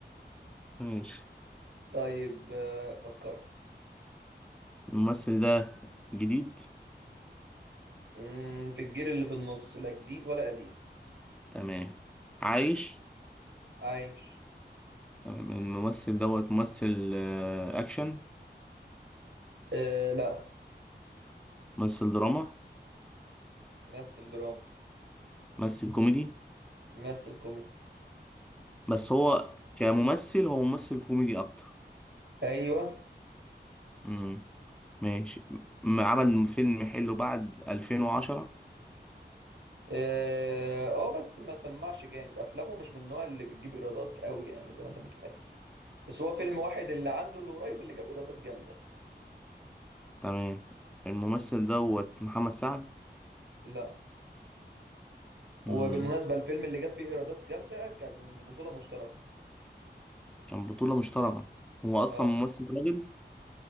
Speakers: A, in the centre; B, on the right.
A: ماشي
B: طيب آه، فكرت
A: الممثل ده جديد
B: مم، في الجيل اللي في النص لا جديد ولا قديم
A: تمام عايش
B: عايش
A: تمام الممثل دوت ممثل آه، اكشن
B: آه لا
A: ممثل دراما
B: مثل دراما
A: ممثل كوميدي
B: مثل كوميدي
A: بس هو كممثل هو ممثل كوميدي اكتر
B: ايوه
A: امم ماشي م- عمل فيلم حلو بعد 2010
B: اه آه، بس ما سمعش جامد افلامه مش من النوع اللي بتجيب ايرادات قوي يعني زي ما انت متخيل بس هو فيلم واحد اللي عنده اللي قريب اللي جاب ايرادات جامده
A: تمام الممثل دوت محمد سعد
B: لا
A: مم.
B: وبالمناسبه الفيلم اللي جاب فيه ايرادات جامده كان بطوله مشتركه
A: كان بطولة مشتركة هو أصلا
B: اه
A: ممثل راجل